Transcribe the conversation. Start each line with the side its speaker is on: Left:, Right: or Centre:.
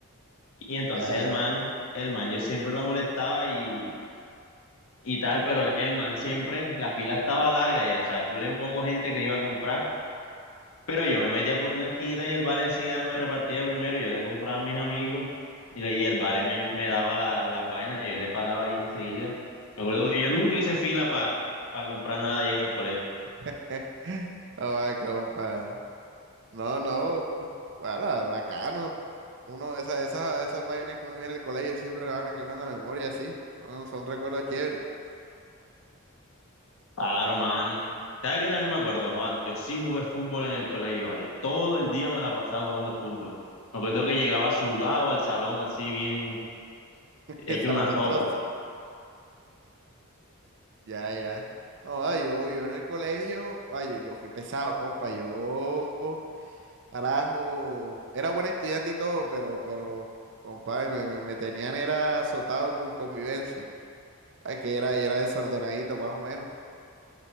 Left: Y entonces
Right: Ya,
Left: el
Right: ya.
Left: man, el man, yo siempre lo molestaba y, y tal, pero el man siempre, la fila estaba larga y hasta culé un poco gente que iba a comprar. Pero yo me metía por una esquinita y el vale enseguida me repartía de primero. y Yo le compraba a mis amigos y, le- y el vale me, me daba la- las vainas y yo le pagaba ahí enseguida. Me acuerdo que yo nunca hice fila para comprar nada ahí en el colegio.
Right: <laughs> Oh, ay, compa. No, no. Bueno, bacano. Uno, esas, esas, esas vainas que uno viene en el colegio siempre le van a quedar uno en la memoria, sí. Son, son recuerdos chéveres.
Left: Claro, mani. ¿Sabes qué también me acuerdo, Juan? Yo sí jugué fútbol en el colegio, ¿vale? Todo el día me la pasaba jugando fútbol. Me acuerdo que llegaba sudado al salón, así bien
Right: <laughs>
Left: hecho
Right: Zarapastrosos.
Left: una sopa.
Right: Ya, ya. No, ah, yo, yo en el colegio, ay, yo, yo fui pesado, compa. Yo, carajo, era buen estudiante y todo, pero, pero, compa, me, me, me tenían era azotado con convivencia. Ay, que era, era desordenadito, más o menos.